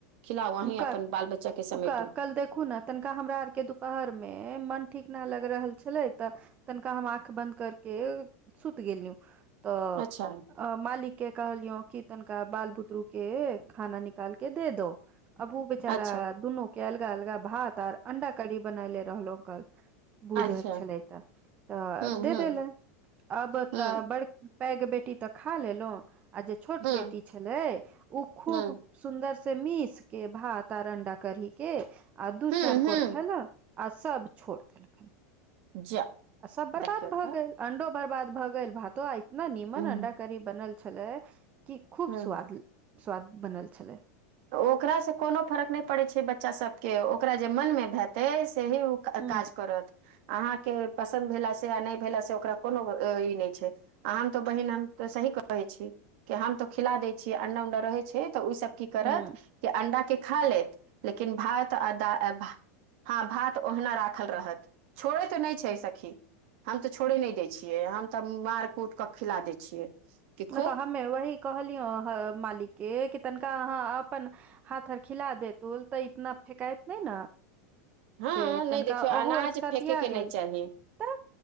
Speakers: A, on the right (about 45°); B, on the right (about 15°).
A: खिलाउ अहीं
B: उ क
A: अपन बाल बच्चा के समेटू
B: उका कल देखू ने तनिका हमरा आरके दुपहरमे मन ठीक नहि लागि रहल छलै तऽ तनिका हम आँख बन्द करके सुति गेलिय तऽ
A: अच्छा
B: अ मालिक के कहलियो की तनिका बाल बुतरु के खाना निकाल के दे दो अब ओ बेचारा
A: अच्छा
B: दुनू के अलगा अलगा भात आर अंडा की बनले रहलो कल बूध
A: अच्छा
B: छलै तऽ तऽ
A: हूँ
B: दे
A: हूँ
B: देलै आब
A: हूँ
B: तऽ बड़ पैघ बेटी तऽ खा लेलहुँ आ जे छोट
A: हूँ
B: बेटी छलै ओ खूब
A: हूँ
B: सुन्दर से मिस के भात आ अंडा करी के आ दू
A: हूँ
B: चारि
A: हूँ
B: कोर खेल आ सब छोड़ देलखिन
A: जा।
B: आ सब बर्बाद
A: देखियौ
B: भए
A: तऽ
B: गेल अंडो बर्बाद भए गेल भातो आ इतना नीमन
A: हूँ
B: अंडा करी बनल छले कि खूब
A: हूँ
B: स्वाद स्वाद बनल छले
A: तऽ ओकरासँ कोनो फर्क नहि पड़ैत छै बच्चासभके ओकरा जे मनमे भेतै सेहे ओ
B: ह
A: काज करत अहाँके पसन्द भेलास से आ नहि भेलास से ओकरा कोनो ई नहि छै आ हम तऽ बहिन हम तऽ सही कहै छी। कि हम तो खिला दै छियै अंडा उंडा रहै छै तऽ ओसभ की करत
B: ह
A: कि अंडा के खा लेत लेकिन भात आ दा हँ भात ओहिना राखल रहत छोड़ैत त नहि छै सखी हम तऽ छोड़े नहि दै छियै हम तऽ मार कूट क खिला दै छियै कि
B: नहि
A: खो
B: तऽ हमे वही कहलियौ ह मालिक के कि तनिका अहाँ अपन हाथ स खिला दे तो तऽ इतना फेकइत नहि ने।
A: हँ
B: से
A: नहि
B: तनिका
A: देखियौ
B: ओहु
A: अनाज
B: असकातिया
A: फेके के
B: गेल
A: नहि चाही
B: तऽ।